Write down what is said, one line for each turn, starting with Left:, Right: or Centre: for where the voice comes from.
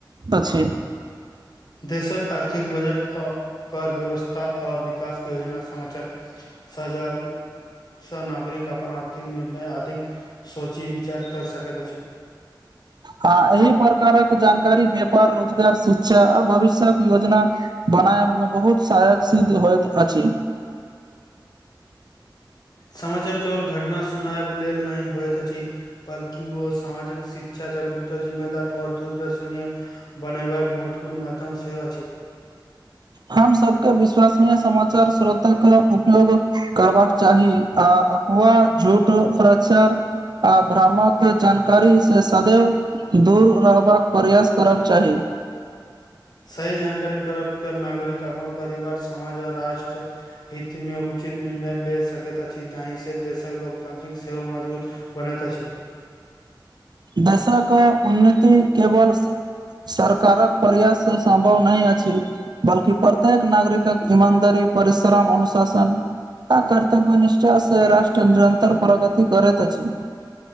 Right: अछि।
Left: देशक आर्थिक बजट अ कर व्यवस्था आ विकास योजना समाचार सजाल। स नागरिक अपन आर्थिक निर्णय अधिक सोची विचार कर सकैत अछि।
Right: हँ एहि प्रकारक जानकारी व्यापार, रोजगार शिक्षा आ भविष्यक योजना। बनाय मे बहुत सहायक सिद्ध होइत अछि।
Left: समाचार केवल घटना सुनायब लेल नहि होइत अछि। बल्कि ओ सामाजिक शिक्षा, जागरूकता, जिम्मेदार और दूरदर्शनीय बनेयबाक महत्वपूर्ण मध्यम सेहो अछि।
Right: हम सबके विश्वसनीय समाचार श्रोता क उपयोग करबाक चाही आ अफवाह, झूठ, प्रचर आ भ्रामक जानकारी से सदैव दूर रहबाक प्रयास करक चाही।
Left: सही जानकारी प्राप्त करना नागरिक अपन परिवार समाज और राष्ट्र हित में उचित निर्णय ले सकैत अछि, जाहि से देशक लोक तांत्रिक सेवा मजबूत बनैत अछि।
Right: देशक उन्नति केवल सर कारक प्रयास सऽ सम्भव नहि अछि। बल्कि प्रत्येक नागरिकक ईमानदारी, परिश्रम, अनुशासन आ कर्तव्य निष्ठा सं राष्ट्र निरन्तर प्रगति करैत अछी।